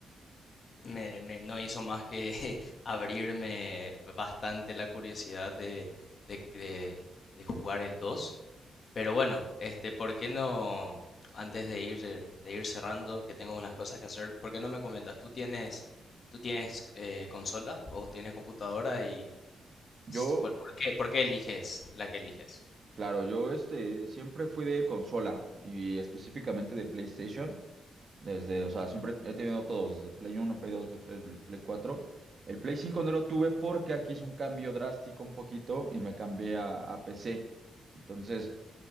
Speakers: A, on the left (about 45°); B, on the right (about 40°).
A: me, me- no hizo más que <laughs> abrirme bastante la curiosidad de, de, de de jugar el 2. Pero bueno, este, ¿por qué no, antes de ir, de ir cerrando, que tengo unas cosas que hacer, ¿por qué no me comentas? ¿Tú tienes, tú tienes eh, consola o tienes computadora y
B: Yo,
A: s- cuál- por qué, por qué eliges la que eliges?
B: claro, yo este siempre fui de consola y específicamente de PlayStation, desde, o sea, siempre he tenido todos, desde el Play uno Play dos Play tres Play cuatro El Play cinco no lo tuve porque aquí hice un cambio drástico un poquito y me cambié a, a PC. Entonces,